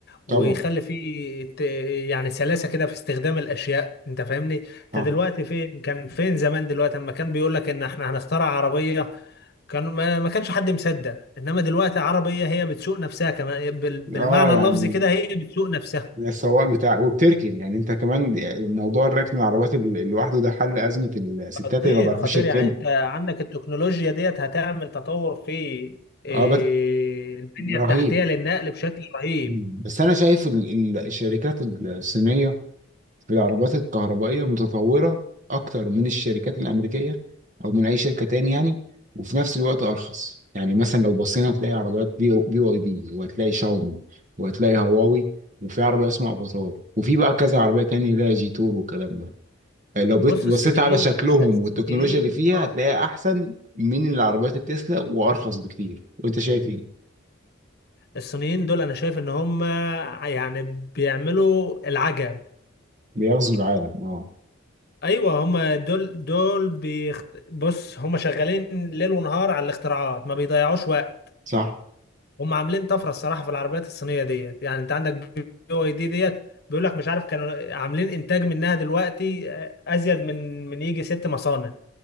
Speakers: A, on the right; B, on the left.
A: طبعا
B: ويخلي فيه ت- يعني سلاسة كده في استخدام الأشياء أنت فاهمني؟ أنت
A: اه
B: دلوقتي فين كان فين زمان دلوقتي أما كان بيقول لك إن إحنا هنخترع عربية كان ما ما كانش حد مصدق إنما دلوقتي عربية هي بتسوق نفسها كمان بال- بالمعنى
A: آه، يعني
B: اللفظي كده هي بتسوق نفسها
A: من السواق بتاع وبتركن يعني انت كمان موضوع الركن العربيات ال- لوحده ده حل ازمه الستات
B: خطير
A: اللي ما بيعرفوش
B: خطير
A: يركنوا
B: يعني أنت عندك التكنولوجيا ديت هتعمل تطور في إيه،
A: اه بس
B: البنية
A: رهيب
B: التحتية للنقل بشكل رهيب
A: مم. بس انا شايف ال- ال- الشركات الصينيه في العربيات الكهربائيه متطوره اكتر من الشركات الامريكيه او من اي شركه تاني يعني وفي نفس الوقت ارخص يعني مثلا لو بصينا هتلاقي عربيات بي بي واي دي وهتلاقي شاومي وهتلاقي هواوي وفي عربيه اسمها افاتار وفي بقى كذا عربيه تانية اللي هي جي تور والكلام ده لو بت-
B: بص
A: بصيت
B: الصينيين
A: على شكلهم
B: الصينيين
A: والتكنولوجيا اللي فيها
B: اه
A: هتلاقيها احسن من العربيات التسلا وارخص بكتير وانت شايف ايه
B: الصينيين دول انا شايف ان هم يعني بيعملوا العجب
A: بيغزو العالم اه
B: ايوه هم دول دول بيخت... بص هم شغالين ليل ونهار على الاختراعات ما بيضيعوش وقت
A: صح
B: هم عاملين طفره الصراحه في العربيات الصينيه ديت يعني انت عندك بي او اي دي ديت بيقول لك مش عارف كانوا عاملين انتاج منها دلوقتي آه، ازيد من من يجي ست مصانع